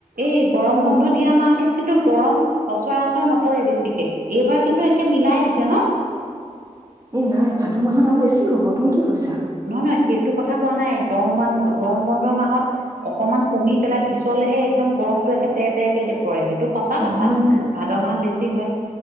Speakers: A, on the right; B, on the right.
A: এই গৰম
B: উম
A: বন্ধ দিয়া মাহটোত কিন্তু গৰম সচৰাচৰ নপৰে বেছিকে, এইবাৰ কিন্তু একে মিলাই দিছে ন'?
B: এ নাই ভাদৰ মাহত আৰু বেছি হ'ব তুমি কি কৈছা?
A: নহয়, নহয় সেইটো কথা কোৱা নাই। গৰম বন গৰম বন্ধৰ মাহত অকমান কমি পেলাই পিছলেহে একদম গৰমটোৱে একে তেৰ তেৰকে পৰে সেইটো সঁচা
B: নহয়
A: কথা, ভাদৰ মাহত বেছি হয়।